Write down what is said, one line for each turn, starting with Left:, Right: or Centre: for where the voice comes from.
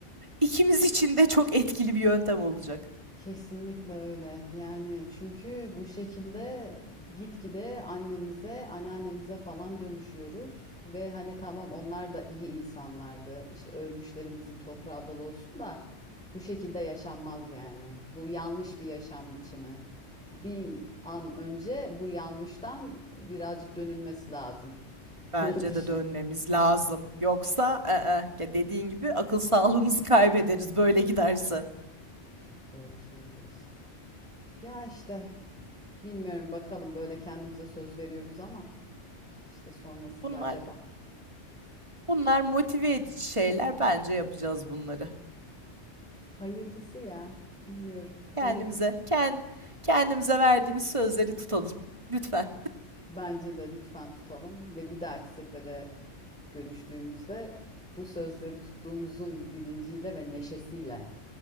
Right: İkimiz için de çok etkili bir yöntem olacak.
Centre: Kesinlikle öyle. Yani çünkü bu şekilde gitgide annemize, anneannemize falan dönüşüyoruz. Ve hani tamam onlar da iyi insanlardı. İşte ölmüşlerimizin toprağı bol olsun da bu şekilde yaşanmaz yani. Bu yanlış bir yaşam biçimi. Bir an önce bu yanlıştan birazcık dönülmesi lazım <laughs>
Right: Bence
Centre: diye düşünüyorum.
Right: de dönmemiz lazım. Yoksa ı-ı, ya dediğin gibi akıl sağlığımızı kaybederiz böyle giderse.
Centre: Çok doğru söylüyorsun. Ya işte bilmiyorum bakalım böyle kendimize söz veriyoruz ama. İşte sonrasında
Right: Bunlar
Centre: acaba.
Right: bunlar motive edici şeyler. Bence yapacağız bunları.
Centre: Hayırlısı ya. Bilmiyorum.
Right: Kendimize
Centre: Hayırlısı.
Right: ken- kendimize verdiğimiz sözleri tutalım. Lütfen.
Centre: Bence de lütfen tutalım ve bir dahaki sefere görüştüğümüzde bu sözleri tuttuğumuzun bilinciyle ve neşesiyle